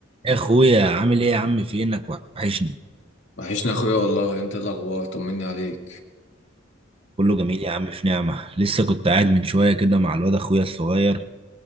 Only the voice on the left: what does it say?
وحشنا يا اخويا والله انت إيه الاخبار طمني عليك